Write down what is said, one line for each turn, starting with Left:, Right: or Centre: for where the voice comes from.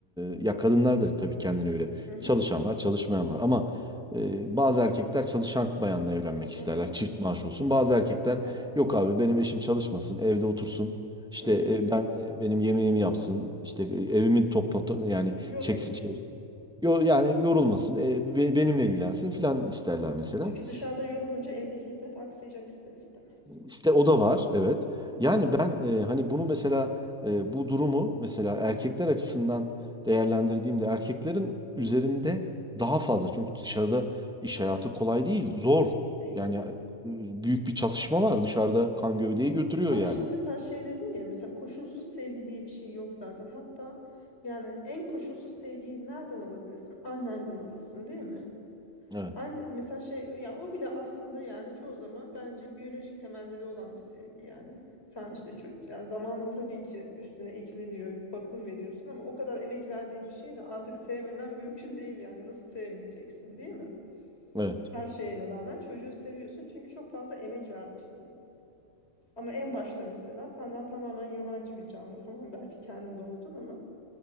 Centre: e, ya kadınlar da tabii kendine göre
Left: Hı hı,
Centre: çalışan var, çalışmayan var ama e, bazı erkekler çalışan bayanla evlenmek isterler.
Left: hı hı,
Centre: Çift maaş olsun. Bazı erkekler
Left: evet.
Centre: yok abi benim eşim çalışmasın, evde otursun. İşte
Left: Hı hı.
Centre: e, ben e, benim yemeğimi yapsın. İşte e, evimi topla to- yani
Left: Yorulmasın.
Centre: çeksin çevirsin. Yo, yani yorulmasın. e, be- benimle ilgilensin filan isterler mesela.
Left: Çünkü dışarıda yorulunca evdeki hizmet aksayacak ister istemez.
Centre: İşte o da var, evet.
Left: Evet.
Centre: Yani ben e, hani bunu mesela e, bu durumu mesela erkekler açısından değerlendirdiğimde erkeklerin üzerinde daha fazla. Çünkü dışarıda iş hayatı kolay değil, zor.
Left: Değil.
Centre: Yani e, büyük bir çatışma var dışarıda kan gövdeyi götürüyor
Left: Ama
Centre: yani.
Left: şimdi mesela şey dedin ya mesela koşulsuz sevgi diye bir şey yok zaten. Hatta yani en koşulsuz sevgiyi nereden alabilirsin? Annenden alırsın değil mi?
Centre: Evet,
Left: Anne, mesela şey ya o bile aslında yani çoğu zaman bence biyolojik temelleri olan bir sevgi yani. Sen işte ço- yani zamanla tabii ki üstüne ekleniyor, bakım veriyorsun ama o kadar emek verdiğin bir şeyi de artık sevmemen mümkün değil yani. Nasıl sevmeyeceksin değil mi?
Centre: evet.
Left: Her şeyine rağmen çocuğu seviyorsun çünkü çok fazla emek vermişsin. Ama en başta mesela senden tamamen yabancı bir canlı. Tamam belki kendin doğdun ama